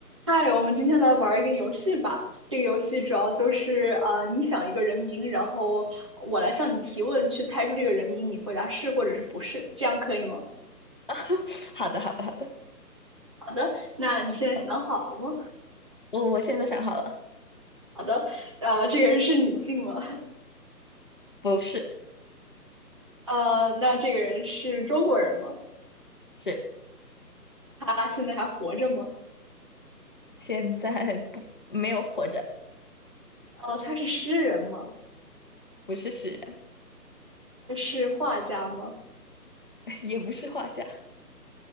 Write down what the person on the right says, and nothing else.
嗨，我们今天来玩一个游戏吧。这个游戏主要就是呃，你想一个人名，然后我来向你提问，去猜出这个人名，你回答是或者是不是，这样可以吗？
好的，那你现在想好了吗？
好的，呃，这个人是女性吗？
<laughs> 呃，那这个人是中国人吗？
他现在还活着吗？
呃，他是诗人吗？
他是画家吗？